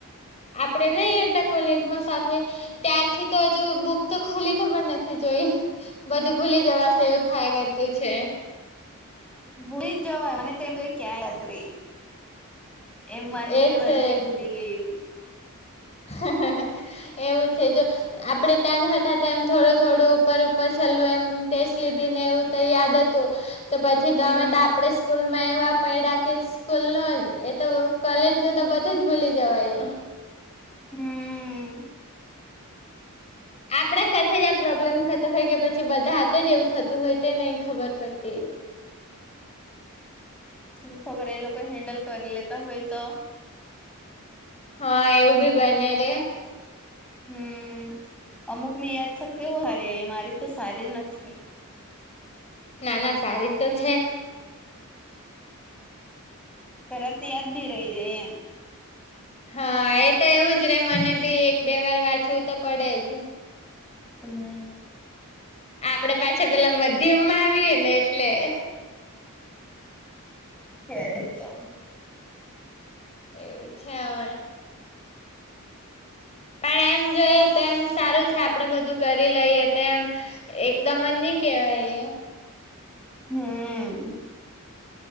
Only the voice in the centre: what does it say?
ભૂલી જ જવાય ને તને અમે ક્યાં યાદ રે એમ માની
લેવાનું
કે ભૂલી ગયુ
હમ
હમ્મ
શું ખબર? એ લોકો હેન્ડલ કરી લેતા હોય તો
હમ્મઅમુકની યાદ શક્તિ હો હારી એ, મારી તો સારી નથી.
તરત યાદ ની રહી જાય એમ.
હમ્મ
ત્યારે તો
હમ્મ